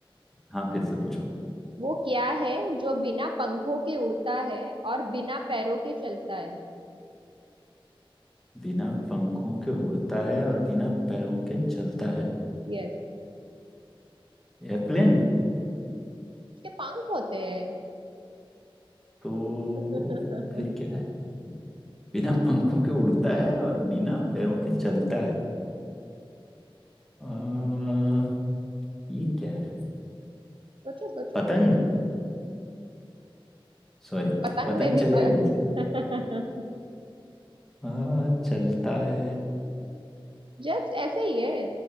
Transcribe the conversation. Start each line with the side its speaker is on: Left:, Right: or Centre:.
Centre: हाँ फिर से पूछो
Right: वो क्या है जो बिना पंखों के उड़ता है और बिना पैरों के चलता है
Centre: बिना पंखों के उड़ता है और बिना पैरों के चलता है
Right: यस
Centre: एयरप्लेन
Right: उसके पंख होते हैं
Centre: तो
Right: हम्म
Centre: फिर क्या है बिना पंखों के उड़ता है और बिना पैरों के चलता है आ, ये क्या है
Right: सोचो सोचो
Centre: पतंग सॉरी
Right: पतंग
Centre: पतंग
Right: में भी
Centre: चलेगा
Right: पर...
Centre: कैसे
Right: <laughs>
Centre: आ, चलता है
Right: जस्ट ऐसे ही है